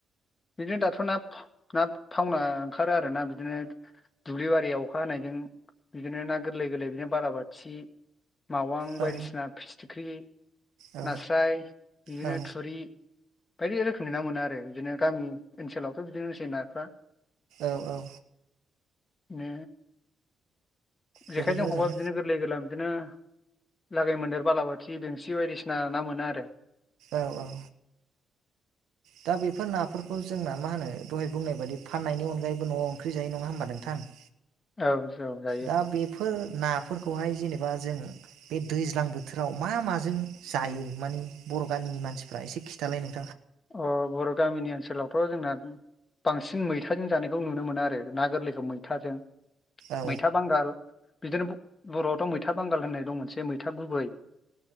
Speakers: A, on the left; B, on the right.
A: बिदिनो दाथ' ना ना थावना ओंखारो आरो ना बिदिनो दुब्लि बारियाव अखा हानायजों बिदिनो ना गोरलै गोरलै बिदिनो बालाबाथि मावां
B: औ
A: बायदिसिना फिथिख्रि
B: औ
A: नास्राय बिदिनो
B: औ
A: थुरि बायदि रोखोमनि ना मोनो आरो बिदिनो गामि ओनसोलावथ' बिदिनोसै नाफ्रा।
B: औ औ।
A: नो
B: जोबोद
A: जेखाइजों
B: मोजां
A: हबा बिदिनो गोरलै गोरलाम बिदिनो लागाय मोन्देर बालाबाथि बेंसि बायदिसिना ना मोनो आरो।
B: औ औ। दा बेफोर नाफोरखौ जोंना मा होनो दहाय बुंनाय बायदि फाननायनि अनगायैबो न'आव ओंख्रि जायो नङा होनबा नोंथां।
A: औ जौ जायो
B: दा बेफोर नाफोरखौहाय जेनेबा जों बे दैज्लां बोथोराव मा माजों जायो मानि बर' गामिनि मानसिफ्रा एसे खिथालाय नों
A: अ बर' गामिनि ओनसोलाव थ जोंना बांसिन मैथाजों जानायखौ नुनो मोनो आरो ना गोरलैखौ मैथाजों।
B: औ
A: मैथा बांगाल बिदिनो ब बर'आवथ' मैथा बांगाल होननाय दं मोनसे मैथा गुबै